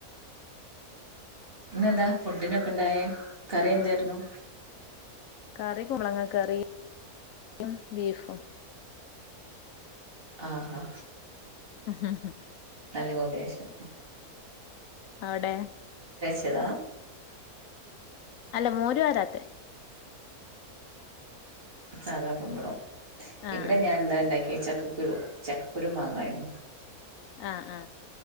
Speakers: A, on the right; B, on the left.
A: ഇന്നെന്താ ഫുഡിനൊക്കെ ഇണ്ടായേ കറി എന്തായിരുന്നു
B: കറി കുമ്പളങ്ങ കറി യും ബീഫും
A: ആഹാ
B: മ്മ്
A: നല്ല കോമ്പിനേഷൻ
B: അവിടെ
A: <unintelligible>
B: അല്ല മോര് വരാത്തെ
A: സാധാ കുമ്പളം
B: ആഹ്
A: ഇവിടെ
B: ആഹ്
A: ഞാൻ എന്താണ്ടാക്കിയേച്ച ചക്കക്കുരു ചക്കക്കുരു മാങ്ങായും
B: അ അ